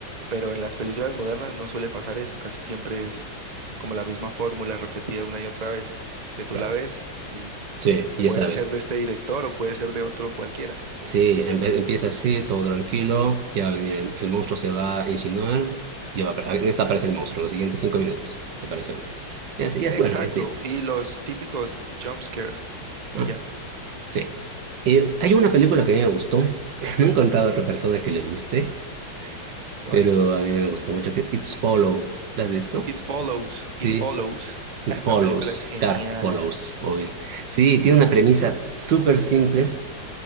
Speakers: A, on the right; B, on the right.
A: pero en las películas modernas no suele pasar eso, casi siempre es como la misma fórmula repetida una y otra vez, que tú
B: Ya,
A: la ves y
B: sí, ya
A: puede
B: sabes.
A: ser de este director o puede ser de otro cualquiera.
B: Sí, em- empieza así, todo tranquilo, ya va a venir el, el monstruo, se va a insinuar, ya va a apar- en esta aparece el monstruo, los siguientes cinco minutos aparece el monstruo. Y así, ya es
A: Exacto,
B: bueno, y así.
A: y los típicos jump scare y
B: Ah.
A: ya.
B: Sí. Y hay una película que a mí me gustó. <laughs> No he encontrado a otra persona que le guste,
A: ¿Cuál?
B: pero a mí me gustó mucho, que It's Follow. ¿La has visto?
A: It Follows, It
B: Sí,
A: Follows. <laughs>
B: It's
A: Esa
B: Follows.
A: película es genial.
B: Claro, Follows, oír. Sí, tiene una premisa súper simple